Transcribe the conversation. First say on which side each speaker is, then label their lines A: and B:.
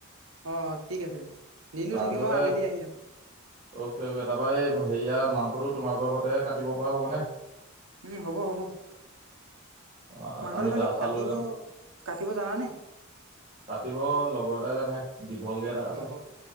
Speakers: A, on the right; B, on the right.
A: অ' ঠিক আছে, দিনতো
B: তাৰপিছতে
A: থাকিম মই আবেলি আহি যাম।
B: অ'কে অ'কে তাৰপৰা এই হেৰিয়া মাংসটো তোমালোকৰ ঘৰতে কাটিব পৰা হ'ব নে?
A: উম, হ'ব হ'ব।
B: আ,
A: মাংসটো
B: আমি
A: খালি
B: দা চা
A: কাটিব
B: লৈ যাম
A: কাটিব জানানে?
B: কাটিব, লগৰ এটাই জানে দীঘলকে দা আছে।
A: অ